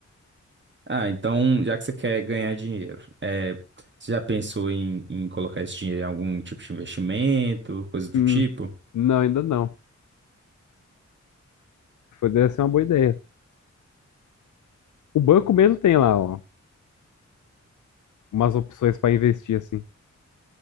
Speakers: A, on the right (about 40°); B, on the left (about 85°).
A: Ah, então, já que você quer ganhar dinheiro, é, você já pensou em, em colocar esse dinheiro em algum tipo de investimento, coisa do
B: Hum,
A: tipo?
B: não, ainda não. Foi, deve ser uma boa ideia. O banco mesmo tem lá, ó, umas opções para investir, assim.